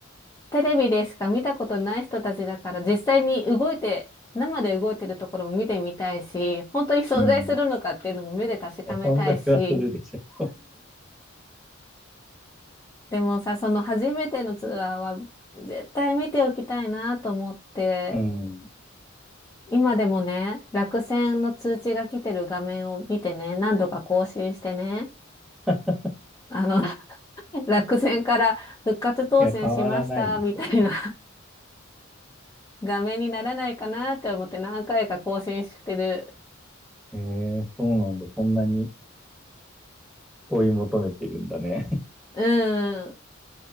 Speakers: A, on the left; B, in the centre.
A: テレビでしか見たことない人たちだから、実際に動いて、生で動いてるところも見てみたいし、本当に存在するのかっていうのも目で確かめたいし、
B: うん。いや、存在はするでしょ。
A: でもさ、その初めてのツアーは絶対見ておきたいなと思って、
B: うん。
A: 今でもね、落選の通知が来てる画面を見てね、何度か更新してね、
B: <laughs>
A: あの、<laughs> 落選から復活当選しましたみたいな
B: いや、変わらないでしょ。
A: <laughs> 画面にならないかなって思って何回か更新してる。
B: ええそうなんだ。そんなに追い求めてるんだね。
A: うん。